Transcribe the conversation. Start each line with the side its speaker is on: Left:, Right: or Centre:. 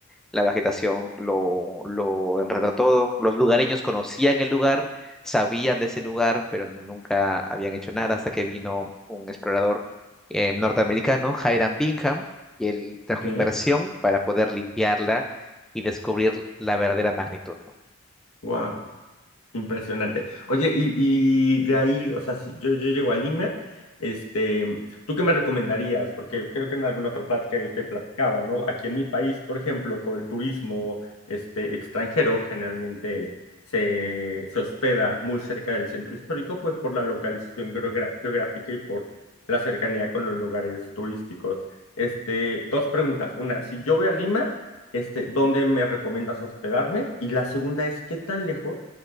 Centre: la vegetación lo, lo enredó todo. Los lugareños conocían el lugar, sabían de ese lugar, pero nunca habían hecho nada hasta que vino un explorador eh, norteamericano, Hiram Bingham, y él trajo
Left: ok,
Centre: inversión para poder limpiarla y descubrir la verdadera magnitud, ¿no?
Left: wow. Impresionante. Oye, y, y de ahí, o sea, si yo, yo llego a Lima, este, ¿tú qué me recomendarías? Porque creo que en alguna otra plática yo te platicaba, ¿no? Aquí en mi país, por ejemplo, todo el turismo, este, extranjero generalmente se, se hospeda muy cerca del centro histórico, pues por la localización geogra- geográfica y por la cercanía con los lugares turísticos. Este, dos preguntas. Una, si yo voy a Lima, este, ¿dónde me recomiendas hospedarme? Y la segunda es, ¿qué tan lejos?